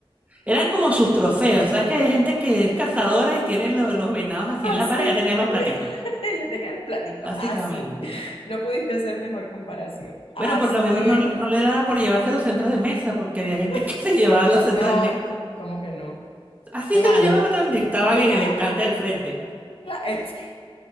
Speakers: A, on the right; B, on the left.
A: Eran como sus trofeos. ¿Sabes que hay gente que es cazadora y tiene lo- los venados así
B: así.
A: en la pared? Ya tenía los platicos,
B: <laughs> Ella tenía el platico,
A: básicamente.
B: así. No pudiste hacer mejor comparación. Así
A: Bueno, por lo menos
B: era
A: no, le- no le daba por llevarse los centros de mesa, porque había gente
B: <laughs>
A: que <laughs> se llevaba los centros
B: No,
A: de mesa.
B: ¿cómo que no?
A: Así
B: Claro,
A: se los llevaba también. Estaban
B: claro.
A: en el estante del frente.
B: cla- <laughs> es-